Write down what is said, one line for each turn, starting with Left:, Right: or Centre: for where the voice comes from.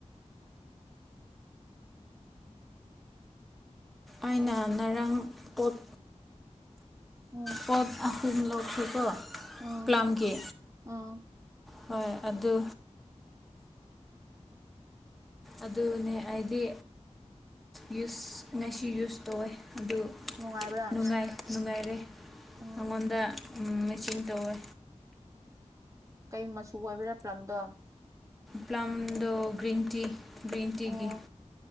Centre: ꯑꯩꯅ ꯉꯔꯥꯡ ꯄꯣꯠ
Right: ꯎꯝ
Centre: ꯄꯣꯠ ꯊꯨꯝ ꯂꯧꯁꯤꯀꯣ
Right: ꯎꯝ
Centre: ꯄ꯭ꯂꯝꯒꯤ
Right: ꯎꯝ
Centre: ꯍꯣꯏ ꯑꯗꯨ ꯑꯗꯨꯅꯦ ꯑꯩꯗꯤ ꯌꯨꯁ ꯉꯁꯤ ꯌꯨꯁ ꯇꯧꯋꯦ ꯑꯗꯨ
Right: ꯅꯨꯡꯉꯥꯏꯕ꯭ꯔꯥ
Centre: ꯅꯨꯡꯉꯥꯏ ꯅꯨꯡꯉꯥꯏꯔꯦ
Right: ꯎꯝ
Centre: ꯅꯪꯉꯣꯟꯗ ꯆꯤꯡ ꯇꯧꯋꯦ
Right: ꯀꯩ ꯃꯆꯨ ꯑꯣꯏꯕꯔ ꯄ꯭ꯂꯝꯗꯣ
Centre: ꯄ꯭ꯂꯝꯗꯣ ꯒ꯭ꯔꯤꯟ ꯇꯤ ꯒ꯭ꯔꯤꯟ ꯇꯤꯒꯤ
Right: ꯑꯣ